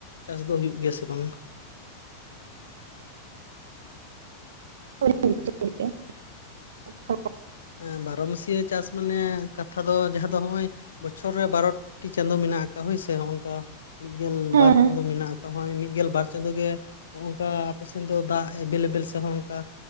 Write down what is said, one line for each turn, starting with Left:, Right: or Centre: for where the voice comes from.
Left: ᱪᱟᱥ ᱫᱚ ᱦᱩᱭᱩᱜ ᱜᱮᱭᱟ ᱥᱮ ᱵᱟᱝ?
Right: <unintelligible>
Left: ᱮᱸᱜ ᱵᱟᱨᱚ ᱢᱟᱹᱥᱤᱭᱟᱹ ᱪᱟᱥ ᱢᱟᱱᱮ ᱠᱟᱛᱷᱟ ᱫᱚ ᱡᱟᱦᱟᱸ ᱫᱚ ᱦᱚᱸᱜᱚᱭ ᱵᱚᱪᱷᱚᱨ ᱨᱮ ᱵᱟᱨᱚᱴᱤ ᱪᱟᱸᱫᱳ ᱢᱮᱱᱟᱜ ᱟᱠᱟᱜ ᱦᱳᱭᱥᱮ ᱦᱚᱜᱚᱝᱠᱟ ᱢᱤᱫ ᱜᱮᱞ
Right: ᱦᱮᱸ
Left: ᱵᱟᱨ
Right: ᱦᱮᱸ
Left: ᱪᱟᱸᱫᱳ ᱢᱮᱱᱟᱜ ᱦᱚᱸᱚᱭ ᱢᱤᱫ ᱜᱮᱞ ᱵᱟᱨ ᱪᱟᱸᱫᱳ ᱜᱮ ᱱᱚᱜᱚᱝᱠᱟ ᱟᱯᱮ ᱥᱮᱱ ᱫᱚ ᱫᱟᱜ ᱮᱵᱮᱞ ᱮᱵᱮᱞ ᱥᱮ ᱦᱚᱸᱜᱚᱝᱠᱟ